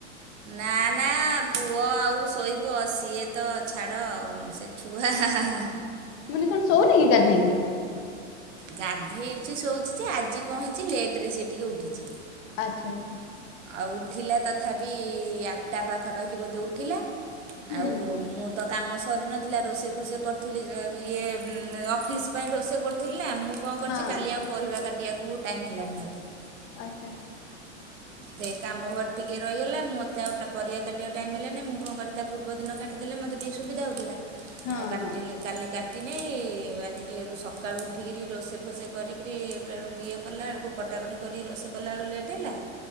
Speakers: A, on the right (about 85°); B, on the left (about 35°).
A: ନା ନା ପୁଅ ଆଉ ଶୋଇବ ସିଏ ତ ଛାଡ଼ ଆଉଁ ସେ ଛୁଆ ହାଁ ହାଁ
B: ମାନେ କଣ ସୋଉନି କି ଗାଧେଇ କି?
A: ଗାଧେଇଛି ଶୋଉଛି ଯେ ଆଜି କଣ ହେଇଛି ଲେଟରେ ସେ ଟିକେ ଉଠିଛି।
B: ଆଚ୍ଛା ଆଚ୍ଛା ଆଛା।
A: ଆଉ ଉଠିଲା ତଥାପି ଆଠଟା ପାଖାପାଖି ବୋଧେ ଉଠିଲା।
B: ହୁଁ
A: ଆଉ ମୁଁ ତ କାମ ସରି ନଥିଲା ରୋଷେଇ ଫୋଷେଇ କରିଥିଲି ଯେ ଇଏ ଅଁ ଅଫିସ୍ ପାଇଁ ରୋଷେଇ କରୁଥିଲି ନା ମୁଁ କଣ
B: ହଁ
A: କରିଛି କାଲି ଆଉ ପରିବା କାଟିବାକୁ ଟାଇମ୍ ହେଲାନି ମୋତେ।
B: ଆଚ୍ଛା।
A: ତେ କାମ ଘରେ ଟିକେ ରହିଗଲା ମୋତେ ଆଉ ପରିବା କାଟିବା ପାଇଁ ଟାଇମ ହେଲାନି ମୁଁ କଣ କରିି ତା ପୂର୍ବ ଦିନ କାଟିଦେଲେ ମୋତେ ଟିକେ ସୁବିଧା ହଉଥିଲା
B: ହଁ
A: ଆଉ କାଟିଲେ
B: ହଁ
A: କାଲି କାଟି ନି ଆଜି ଟିକିଏ ସକାଳୁ ଉଠିକିରି ରୋଷେଇ ଫୋସେଇ କରିକିରି ଇଏ କଲା ବେଳକୁ କଟାକଟି କରି ରୋଷେଇ କଲାବେଳୁ ଲେଟ୍ ହେଲା